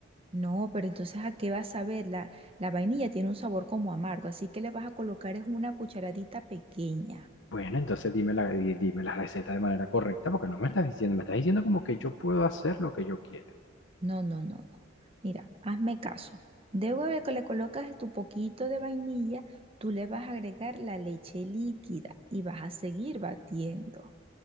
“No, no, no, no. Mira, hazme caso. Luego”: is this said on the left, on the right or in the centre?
Right